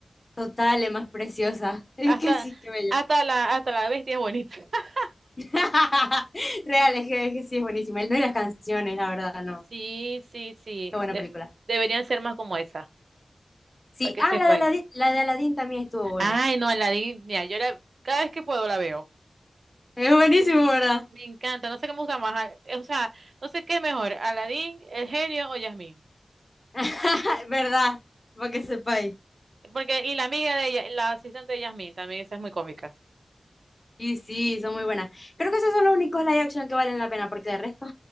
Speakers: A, on the left; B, on the right.
A: Total, es más preciosa. <laughs> Es
B: Hasta,
A: que sí, que bello.
B: hasta la, hasta la bestia es bonita. <laughs>
A: <laughs> Real, es que, es que sí, es buenísima. No, y las canciones, la verdad, no.
B: Sí, sí, sí.
A: Qué buena
B: Def-
A: película.
B: deberían ser más como esa,
A: Sí,
B: para que
A: ah,
B: sepan.
A: la de Aladdin, la de Aladdin también estuvo bueno.
B: Ay, no, Aladdin, mira, yo la, cada vez que puedo la veo.
A: Es buenísimo, ¿verdad?
B: Me encanta, no sé qué me gusta más. ah, eh, O sea, no sé qué es mejor, Aladdin, el genio o Yasmín.
A: <laughs> ¿Verdad? Para que sepáis.
B: Porque, y la amiga de ella, la asistente de Yasmín también, esa es muy cómica.
A: Y sí, son muy buenas. Creo que esos son los únicos live action que valen la pena, porque de resto,